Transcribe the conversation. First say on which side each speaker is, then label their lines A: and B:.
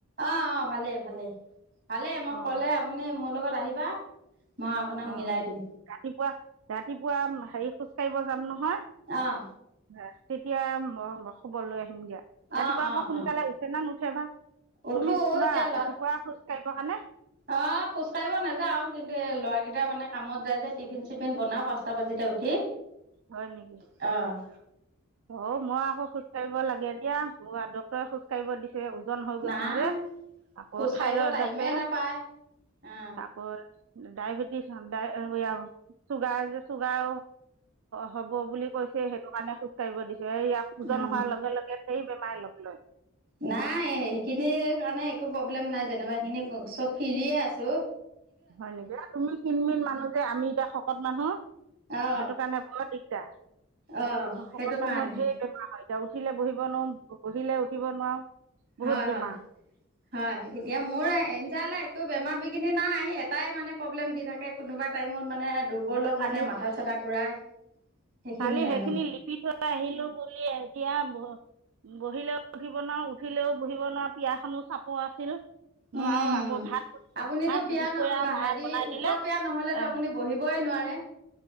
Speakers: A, on the right; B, on the right.
A: অ', অ'। ভালেই ভালে ভালে মোক
B: অ'
A: ক'লে, আপুনি আপুনি মোৰ লগত আহিবা মই আপোনাক
B: অ',
A: মিলাই দিম
B: ৰাতিপুৱা-ৰাতিপুৱা হেৰি খোজ কাঢ়িব যাম ন'হয়।
A: অঁ
B: তেতিয়া খবৰ লৈ আহিম দিয়া
A: অঁ
B: ৰাতিপুৱা
A: অঁ
B: আকৌ সোনকালে
A: অঁ
B: উঠে না নুঠে বা।
A: উঠো
B: তুমি যাবা
A: এতিয়া ল
B: ৰাতিপুৱা খোজ কাঢ়িব কাৰণে?
A: অ', খোজ কঢ়িব নাযাওঁ কিন্তু এই ল'ৰাকেইটটা মানে কামত যায় যে টিফিন চিফিন বনাও পাঁচটা বাজিতে উঠ কি?
B: হয় নেকি?
A: অ'।
B: অ', মই আকৌ খোজ কঢ়িব লাগে দিয়া। মোক ডক্টৰে খোজ কঢ়িব দিছেঁ। ওজন হৈ গৈছোঁ
A: নাই
B: যে আকৌ
A: খোজ কাঢ়িব
B: থাইৰইড
A: টাইমে
B: আছেঁ।
A: নাপায় অ
B: তাকৰ ডায়বেটিছ <unintelligible> চুগাৰ যে চুগাৰ হব বুলি কৈছে সেইটো কাৰণে খোজ কাঢ়িব দিছেঁ। এয়া ওজন
A: উ
B: হোৱাৰ লগে লগে ধেৰ বেমাৰ লগ লয়।
A: নাই সেইখিনিৰ কাৰণে একো প্ৰব্লেম নাই যেনিবা সেইখিনি চব ফ্ৰি আছোঁ।
B: হয় নেকি, তুমি ক্ষীণ মিন মানুহ যে, আমি এতিয়া শকত মানুহ।
A: অ
B: সেইটো কাৰণে বৰ দিগদাৰ।
A: অ
B: শকত
A: সেইটো
B: মানুহৰ
A: কাৰণে
B: যে বেমাৰ হয় তেওঁ উঠিলে বহিব নোৱাৰো বহিলে উঠিব নোৱাৰোঁ। বহুত
A: হয়
B: বেমাৰ
A: হয়। হয় এতিয়া মোৰ <unintelligible> একো বেমাৰ বিঘিনি নাই এটাই মানে প্ৰব্লেম দি থাকে। এই কোনোবা টাইমত মানে দুৰ্বলৰ
B: এতিয়া
A: কাৰণে
B: কালি
A: মাথা চাথা ঘূৰাই। সেইখিনিয়ে
B: কালি সেইখিনি
A: আৰু
B: লিপি থৈ আহিলোঁ বুলি এতিয়া ব বহিলেও উঠিব নোৱাৰোঁ। উঠিলেও বহিব নোৱাৰোঁ পিৰাখনো চাপৰ আঁছিল।
A: উম
B: নোৱাৰো আকৌ ভাত
A: আপুনিতো
B: ভাত
A: পিয়া
B: দুপৰীয়া
A: ন
B: মায়ে
A: হেৰি
B: বনাই
A: ওখ
B: দিলে।
A: পিয়া নহ'লেতো
B: আহ
A: আপুনি বহিবই নোৱাৰে।